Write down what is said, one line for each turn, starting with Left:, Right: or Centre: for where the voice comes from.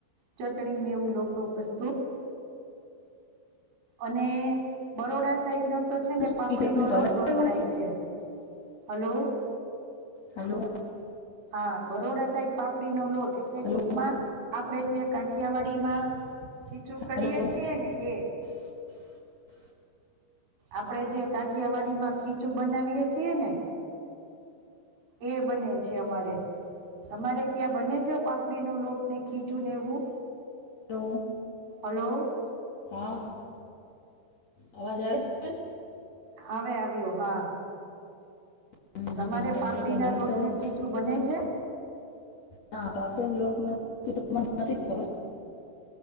Right: ચટણી ને એવું લોકો વસ્તુ. અને બરોડા સાઈડ નો તો છે ને
Left: ચટણી
Right: પાપડીનોો
Left: ફરક
Right: લોટ વખણાય
Left: હોય
Right: છે. હલો.
Left: હલો.
Right: હા બરોડા સાઈડ પાપડીનો લોટ એટલે
Left: હલો
Right: ટૂંકમાં. આપણેે જે કાઠિયાવાડીમાં ખીચું કરીએ
Left: હલો
Right: છીએ ને એ.
Left: <inaudible>
Right: આપડે જે કાઠીિયાવાડી માં ખીચું બનાવીએ છીએ ને. એ બને છે અમારે તમારે ત્યાં બને છે પાપડી નો લોટ ને ખીચું ને એવું.
Left: Hello
Right: hello.
Left: હા અવાજ આવે. છે
Right: હવે આવ્યો હા.
Left: હમ
Right: તમારે
Left: હમ વચ્ચે
Right: પાપડી
Left: કંઈક
Right: ના
Left: ડિસ્ટર્બન્સ
Right: લોટ નું ખીચું બને છે.
Left: ના પાપડેને લોડ નથી મને નથી ખબર.